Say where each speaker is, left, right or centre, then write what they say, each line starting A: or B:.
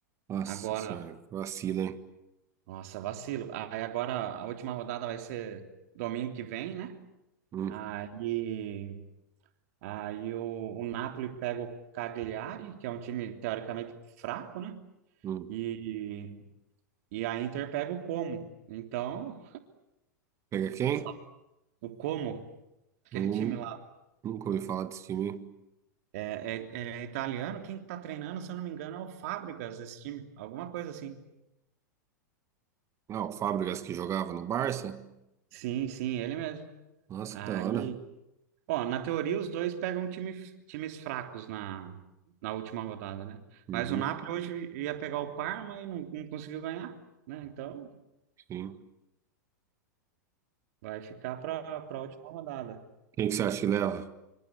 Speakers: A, on the right; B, on the right.
A: Nossa
B: Agora,
A: senhora, que vacina, hein?
B: nossa, vacilo. Aí agora a última rodada vai ser domingo que vem, né?
A: Hum,
B: Aí, aí o, o Napoli pega o Cagliari, que é um time teoricamente fraco, né?
A: hum.
B: E, e a Inter pega o Como. Então,
A: Pega quem?
B: só- o Como, aquele
A: Nu-
B: time lá.
A: nunca ouvi falar desse time. hein?
B: É, é- é italiano, quem está treinando, se eu não me engano, é o Fábricas, esse time, alguma coisa assim.
A: Ah, o Fábricas que jogava no Barça?
B: Sim, sim, ele mesmo.
A: Nossa,
B: Aí,
A: que da hora.
B: ó, na teoria os dois pegam time, times fracos na, na última rodada, né?
A: Uhum,
B: Mas o Napoli hoje ia pegar o Parma e não, não conseguiu ganhar, né? Então
A: sim.
B: vai ficar para para a última rodada.
A: Quem que você acha que leva?